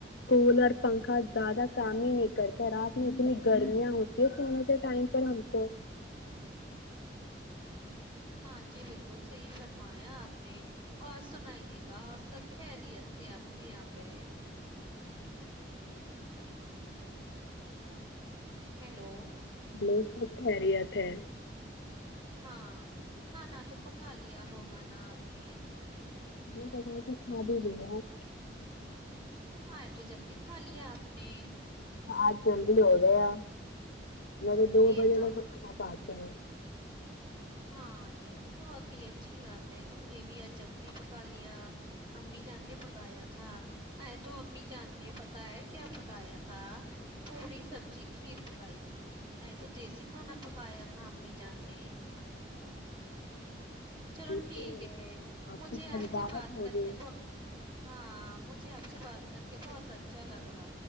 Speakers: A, on the left (about 70°); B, on the right (about 25°).
A: کولر پنکھا زیادہ کام ہی نہیں کرتا رات میں اتنی گرمیاں ہوتی ہے سونے کے ٹائم پر ہم کو
B: ہاں جی بالکل صحیح فرمایا آپ نے اور سنائیے گا اور سب خیریت سے آپ کے یہاں پہ ہے ہیلو
A: ہلو سب خیریت ہے
B: ہاں کھانا تو پکا لیا ہوگا نا آپ نے
A: کھ پکا پ کھا بھی دیا <unintelligible>
B: ہاںئے تو جلدی کھا لیا آپ نے
A: آج جلدی ہو گئے آ میںط تو دو
B: یہ
A: بجے
B: تو
A: ت س پا <unintelligible> ہ <unintelligible>
B: ہاں یہ تو بہت ہی اچھی بات ہے ہم نے بھی آج جلدی پکا لیا امی جان نے پکایا تھا ائےے تو امی جان نے پتا ہے کیا پکایا تھا پوڑی سبزی کھیر پکائی تھی ائے تو دیسی کھانا پکایا تھا امی جان نے <unintelligible> چلو
A: جیسے
B: ٹھیک ہے مجھے
A: کے پاس
B: آپ سے
A: دعوت
B: بات
A: ہوگی
B: کرےت ہاں مجھ ج آپ سے بات کر کے بہت اچھا لگا